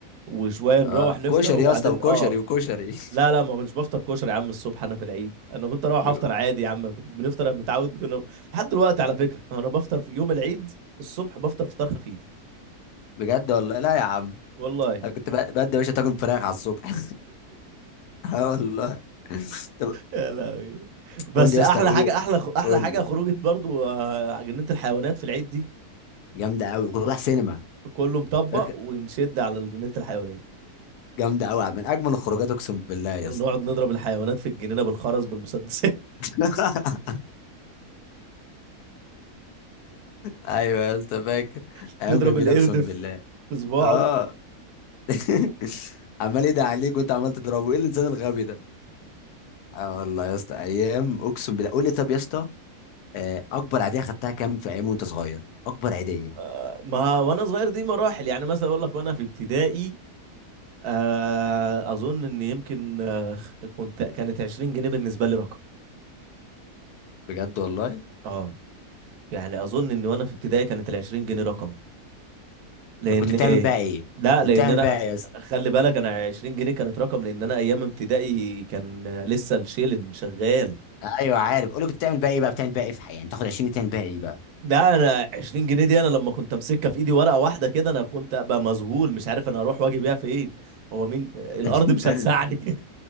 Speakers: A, on the right; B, on the left.
A: وشوية نروح
B: اه
A: نفطر
B: كشري
A: وبعدين
B: يا اسطى وكشري
A: اه
B: وكشري
A: لا لا ما كنتش بفطر كشري يا عم الصبح انا في العيد انا كنت اروح
B: <laughs> بج-
A: افطر عادي يا عم بنفطر أنا متعود كنا لحد دلوقتي على فكرة انا بفطر في يوم العيد الصبح بفطر فطار خفيف
B: بجد والله لا يا عم
A: والله
B: انا كنت ب- بدي يا باشا طاجن فراخ على الصبح <laughs> اه والله طب
A: يا لهوي بس
B: قول لي يا
A: احلى
B: اسطى ايه
A: حاجة احلى احلى
B: قول
A: حاجة
B: لي
A: خروجة برضو آه، جنينة الحيوانات في العيد دي
B: جامده قوي كنت رايح سينما
A: كله مطبق
B: فاكر
A: ونشد على جنينة الحيوانات
B: جامده قوي من اجمل الخروجات اقسم بالله يا
A: نقعد
B: اسطى
A: نضرب الحيوانات في الجنينة بالخرز بالمسدسات
B: <laughs> ايوه يا اسطى فاكر
A: <laughs>
B: ايام
A: تضرب
B: جميله
A: القرد
B: اقسم
A: في
B: بالله
A: في صباعه
B: اه <laughs> عمال ايه ده عليك وانت عمال تضربه ايه الانسان الغبي ده اه والله يا اسطى ايام اقسم بالله قول لي طب يا اسطى آه، اكبر عيديه خدتها كام في ايام وانت صغير اكبر عيديه
A: آه، ما وانا صغير دي مراحل يعني مثلا اقول لك وانا في ابتدائي آه، اظن ان يمكن آه، كنت كانت 20 جنيه بالنسبة لي رقم
B: بجد والله
A: اه يعني اظن ان وانا في ابتدائي كانت ال 20 جنيه رقم لان
B: طب كنت بتعمل
A: ايه
B: بقى ايه
A: لا
B: كنت
A: لان
B: بتعمل
A: انا
B: بقى ايه يا اسطى
A: خلي بالك انا 20 جنيه كانت رقم لان انا ايام ابتدائي كان لسه الشيلن شغال
B: ايوه عارف قول لي كنت بتعمل بقى ايه بقى بتعمل بقى ايه في حياتك يعني تاخد 20 تعمل بقى ايه بقى
A: ده انا 20 جنيه دي انا لما كنت امسكها في ايدي ورقه واحده كده انا كنت ابقى مذهول مش عارف انا اروح واجي بيها فين هو مين الارض
B: <laughs>
A: مش هتسعني <laughs>